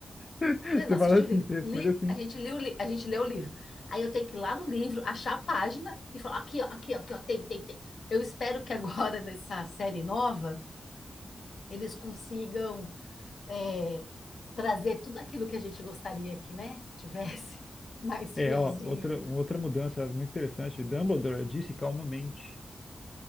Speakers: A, on the left (about 20°); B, on the left (about 80°).
A: <laughs>
B: Eu
A: Você
B: não assisti
A: fala assim,
B: o livro.
A: você responde
B: Li-
A: assim.
B: a gente leu, o li- a gente leu o livro. Aí eu tenho que ir lá no livro, achar a página e falar: Aqui, ó, aqui, ó, aqui, ó, tem, tem, tem. Eu espero que agora <laughs> nessa série nova eles consigam é, trazer tudo aquilo que a gente gostaria que, né, tivesse <laughs> mais
A: É,
B: fielzinho.
A: ó, outra, outra mudança muito interessante. Dumbledore disse calmamente.